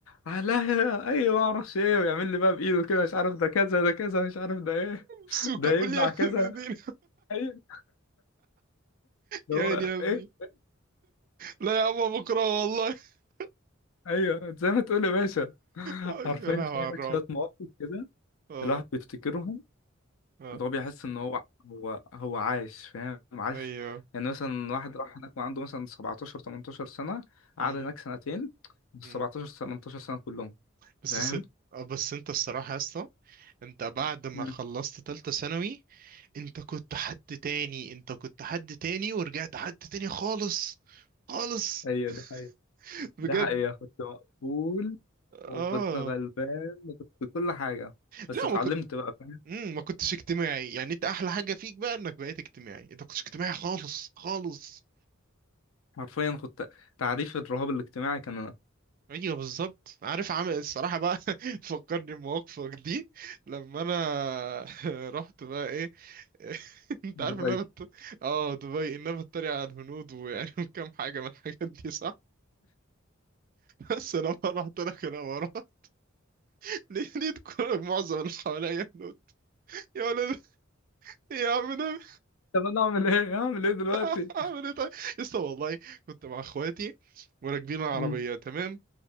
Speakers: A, on the left; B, on the right.
A: آه لا يا- ايوه ما اعرفش ايه ويعمل لي بقى بايده كده مش عارف ده كذا ده كذا مش عارف ده ايه
B: سوكا
A: ده
B: بالله
A: هيبلع كذا
B: دين
A: ايوه ده
B: يا
A: هو
B: عيني يا ابني
A: ايه
B: لا يا عمو بكره والله <laughs>
A: ايوه زي ما تقول يا باشا <laughs>
B: أي،
A: عارفين
B: يا لهوي
A: في
B: على
A: هناك
B: الرعب
A: شويه مواقف كده
B: اه
A: الواحد بيفتكرهم
B: اه
A: ده هو بيحس ان هو هو هو عايش فاهم عايش
B: ايوه
A: يعني مثلا واحد راح هناك وعنده مثلا 17 18 سنة قعد
B: مم،
A: هناك سنتين بال
B: مم.
A: 17 18 سنة كلهم
B: بس
A: فاهم
B: سد... آه، بس انت الصراحة يا اسطى انت بعد ما
A: مم.
B: خلصت تالتة ثانوي انت كنت حد تاني انت كنت حد تاني ورجعت حد تاني خالص خالص
A: ايوه دي حقيقة
B: <laughs> بجد
A: دي حقيقة كنت مقفول وكنت
B: اه
A: غلبان وكنت كل حاجة بس
B: لا
A: اتعلمت
B: ما, كنت...
A: بقى فاهم
B: مم، ما كنتش اجتماعي يعني انت احلى حاجة فيك بقى انك بقيت اجتماعي انت ما كنتش اجتماعي خالص خالص
A: حرفيا كنت تعريف الرهاب الاجتماعي كان انا
B: ايوه بالظبط عارف عامل الصراحة بقى <laughs> فكرني بمواقفك دي لما انا <laughs> رحت بقى <laughs> انت عارف
A: دلوقتي
B: ان انا بت... اه دبي ان انا بتريق على الهنود ويعني <laughs> وكم حاجه من الحاجات دي صح بس لما رحت لك انا ورا <laughs> لقيت كل معظم اللي حواليا هنود يا ولد يا عم ده
A: طب انا اعمل ايه؟ اعمل ايه دلوقتي؟
B: <laughs> اعمل ايه طيب يسطا والله كنت مع اخواتي وراكبين العربيه
A: مم.
B: تمام